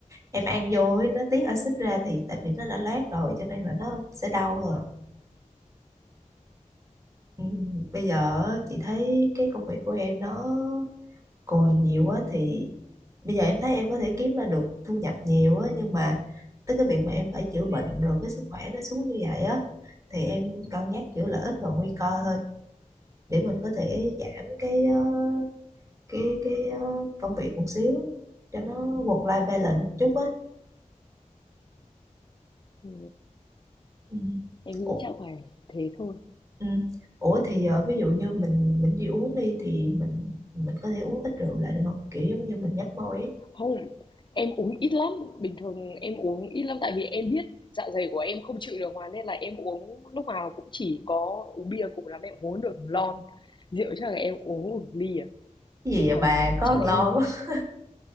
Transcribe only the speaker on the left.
Ừ,
em nghĩ
chắc phải thế thôi
không em uống ít lắm bình thường em uống ít lắm tại vì em biết dạ dày của em không chịu được mà nên là em uống lúc nào cũng chỉ có uống bia cùng lắm em uống được lon rượu chắc là em uống một ly à
nhưng
mà
chắc
là
em